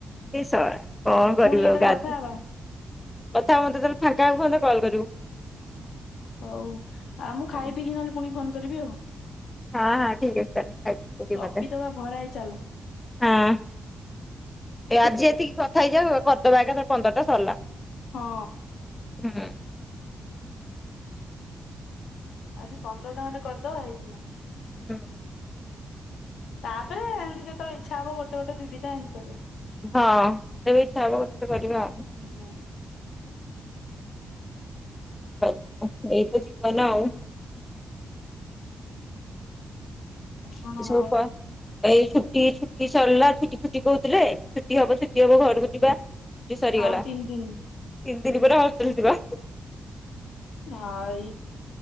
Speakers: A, on the left; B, on the left.
A: ଏ ସଳା କଣ କରିବୁ
B: ପୁଣି କେତେବେଳେ
A: ଆଉ ଗାଧେ
B: କଥା ହବା
A: କଥା ହବା ମତେ ଯେତେଳେ ଫାଙ୍କା ହବ ମତ କଲ୍ କରିବୁ।
B: ହଉ ଆ ମୁଁ
A: ହଁ
B: ଖାଇ ପିକି ନହେଲେ ପୁଣି ଫୋନ୍ କରିବି ଆଉ।
A: ହଁ ହଁ ଠିକ୍ ଅଛି ତାନେ।
B: ଗପିଦବା ଭରାଏ
A: <inaudible>
B: ଚାଲ
A: ହଁ ଏ ଆଜି ଏତିକି କଥା ହେଇଯାଉ କରିଦବା ଏକାଥରେ ପନ୍ଦରଟା ସରିଲା‌।
B: ହଁ।
A: ହୁଁ।
B: ଆଜି ପନ୍ଦରଟା ଖଣ୍ଡେ କରିଦବା ହେଇଯିବ।
A: ଦୁଁ।
B: ତାପରେ ଏମିନ୍ତି ଯେତୋବେଳେ ଇଚ୍ଛା ହବ ଗୋଟେ ଗୋଟେ ଦି ଦି ଟା ଏମିନ୍ତି କରିବା।
A: ବାଉ ତେବେ ଇଚ୍ଛା ହବ ଗୋଟେ ଗୋଟେ କରିବା।
B: ହଁ।
A: ହଉ ଏଇ ତ ଜୀବନ ଆଉ।
B: ହଁ।
A: ଏସବୁ
B: ଆଉ
A: ପା ଏଇ ଛୁଟି ଛୁଟି ସରିଲା ଛୁଟି ଛୁଟି କହୁଥିଲେ ଛୁଟି ହବ ଛୁଟି ହବ ଘରୁକୁ ଯିବା ଛୁଟି ସରିଗଲା
B: ଆଉ ତିନି
A: ତିନି
B: ଦିନି
A: ଦିନ ପରେ ହେଷ୍ଟେଲ୍ ଯିବା।
B: ଭାଇ